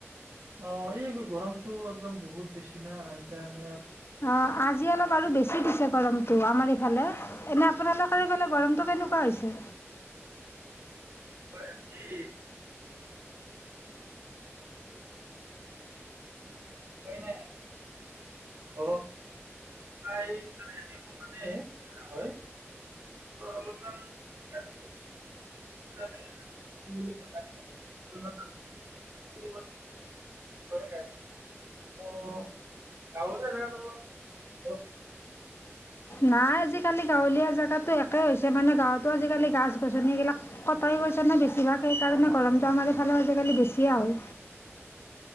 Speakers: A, on the right; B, on the left.
A: অ এই গৰমতো একদম বহুত বেছি না সেইকাৰণে আৰু
B: অ আজি অলপ আৰু বেছি দিছে গৰম তো আমাৰ ইফালে এনে আপোনালোকৰ এইফালে গৰমটো কেনেকুৱা হৈছে,
A: হয় ক হয়নে? ঘ প্ৰ হয় অলপমান হয় <unintelligible> অ গাঁৱলীয়া জেগাত অলপ গৰম বেছি
B: নাই আজিকালি গাঁৱলীয়া জেগাতো একেই হৈছে। মানে গাঁৱতো আজিকালি গছ গছনিবিলাক কটাই গৈছে ন বেছিভাগ সেইকাৰণে গৰমটো আমাৰ এইফালে আজিকালি বেছিয়ে হয়।